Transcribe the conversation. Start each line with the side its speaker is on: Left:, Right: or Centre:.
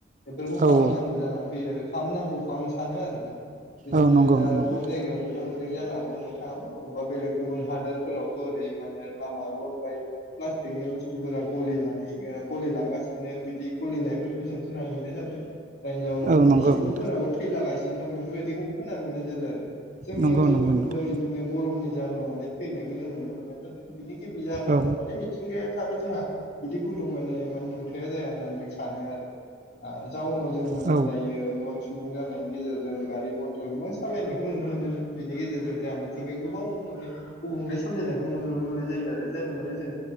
Left: बेफोरखौ खालामनांगौ
Right: औ औ
Left: जानानै फैयो आरो खालामनांगौखौ आं सानो आरोना बिदिनो
Right: औ नंगौ
Left: दा
Right: नंगौ
Left: गोबां
Right: नोंथां
Left: जायगायाव नुनो मोन्दों जानो हागौ नोंथाङाबो अबेबा बेलेग गुबुन हादोरफोरावथ ओरै माने लामा रड बाय प्लास्टिकनि बुस्थुफोरा गलिनानै गलिलांगासिनो बिदि खुलिनायफोरखौ जों खोनानै मोननाय जादों जायनि जाउनाव
Right: औ
Left: गोबां
Right: नंगौ
Left: सुबुंफोराबो
Right: नोंथां
Left: थैलागासिनो दं बेफोरबायदिखौ खोनानो मोननाय जादों आरो जोंनि
Right: नंगौ
Left: ओनसोलफोरजोंबो
Right: नंगौ नोंथां
Left: बिदिनो गरमनि जाहोनाव माने थैनायखौ जों नुनो मोननाय जादों बिनि गिबि जाहोनाव
Right: औ
Left: जों माने मिथिंगाया थाबो जोंहा बिदि गुदुं माने इमान दुंथाया जाया होननानै जों सानो आरो जाउनाव जों माने
Right: औ
Left: दायो गोबां सम सुबुं जानायनि गेजेरजों गारि मथर गोबां सालायनायखौ नुनो मोनोना बेनि गेजेरजों जोंहा मिथिंगायाव गोबां गुबुंले सोमजिनायखौ नुनो मोननाय जायो आरो जाय माने जों